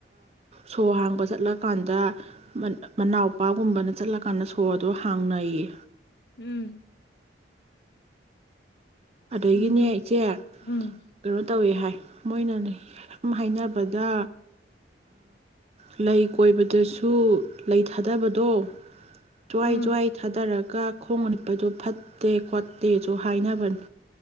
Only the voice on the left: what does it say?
ꯎꯝ
ꯎꯝ
ꯎꯝ
ꯎꯝ